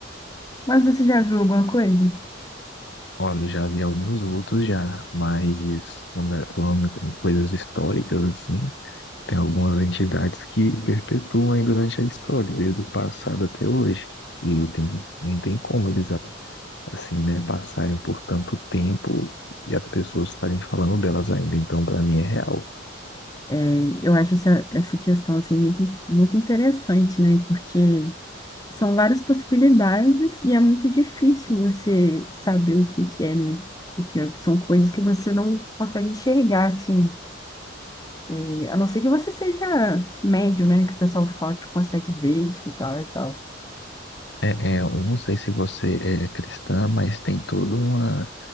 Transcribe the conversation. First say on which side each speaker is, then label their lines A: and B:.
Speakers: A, on the left (about 20°); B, on the left (about 60°).
A: Mas você já viu alguma coisa?
B: Olha, eu já vi alguns outros já, mas quando é- falando em coisas históricas, assim, Tem algumas entidades que perpetuam aí durante a história, desde o passado até hoje. E eu tenho- não tem como eles, a- assim, né, passarem por tanto tempo e as pessoas estarem falando delas ainda. Então, para mim, é real.
A: É, eu acho essa, essa questão, assim, muito, muito interessante, né? Porque são várias possibilidades e é muito difícil você saber o que que é, né? Porque são coisas que você não consegue enxergar, assim. E, a não ser que você seja médium, né? Que o pessoal fala que consegue ver, escutar e tal.
B: É, é, eu não sei se você é é cristã, mas tem todo uma,